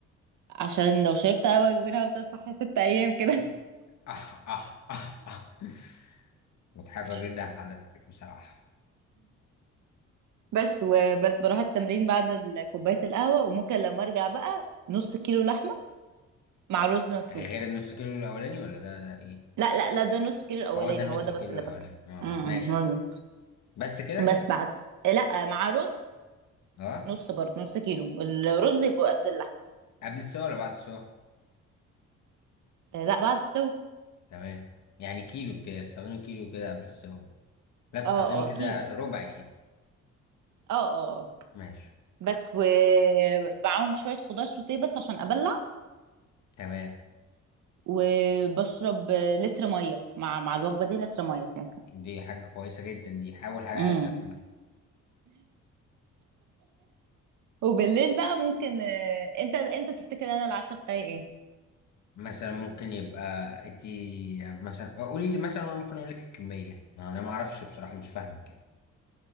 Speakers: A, on the right (about 80°); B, on the left (about 70°).
A: عشان لو شربت قهوه كبيره هفضل صاحيه ست ايام كده
B: أح أح أح أح <laughs> مضحكة
A: <laughs>
B: جدا حضرتك بصراحة
A: بس وبس بروح التمرين بعد ال- كوبايه القهوه وممكن لما ارجع بقى نص كيلو لحمه مع رز مسلوق
B: غير النص كيلو الأولاني ولا ده ده إيه
A: لا لا لا ده نص كيلو الاولاني
B: هو ده النص
A: هو ده
B: كيلو
A: بس اللي
B: الأولاني
A: باكله
B: أه
A: امم
B: ماشي
A: هو ده.
B: بس كده
A: بس بعد لا مع رز
B: أه
A: نص برضه نص كيلو الرز يبقى قد اللحم
B: قبل السوا ولا بعد السوا
A: آه، لا بعد السو
B: تمام يعني كيلو بتستخدمي كيلو كده قبل السوا لا بتستخدمي
A: اه
B: كده
A: اه كيس
B: ربع كيلو
A: اه اه آه.
B: ماشي
A: بس ومعاهم شويه خضار سوتيه بس عشان ابلع
B: تمام
A: وبشرب لتر ميه مع مع الوجبه دي لتر ميه كده
B: دي حاجة كويسة جدا دي حاول حاجة
A: امم
B: عدل أسمعها
A: وبالليل بقى ممكن آه، انت انت تفتكر انا العشاء بتاعي ايه
B: مثلا ممكن يبقى ادي مثلا قولي مثلا أنا ممكن أقولك الكمية أنا ما أعرفش بصراحة مش فاهمك يعني